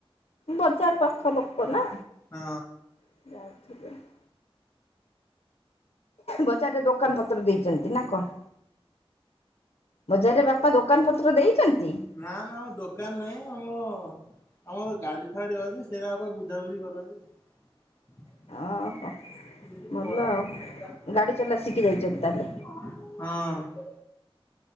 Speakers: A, on the left; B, on the left.
A: ବଜାର ପାଖ ଲୋକ ନା।
B: ହଁ।
A: <unintelligible> ବଜାରରେ ଦୋକାନ ପତ୍ର ଦେଇଚନ୍ତି ନା କଣ। ବଜାରରେ ବାପା ଦୋକାନ ପତ୍ର ଦେଇଚନ୍ତି।
B: ନା ନା ଆମ ଦୋକାନ ନାହିଁ ଆମର ଆମର ଗାଡି ଫାଡି ଅଛି ସେରା ଵାପା ବୁଝାବୁଝି କରନ୍ତି। <inaudible>
A: ଓହୋ ଭଲ ଆଉ
B: ହୁଁ।
A: ଗାଡ଼ି ଚଲା ଶିଖି ଯାଇଛନ୍ତି ତାହେଲେ।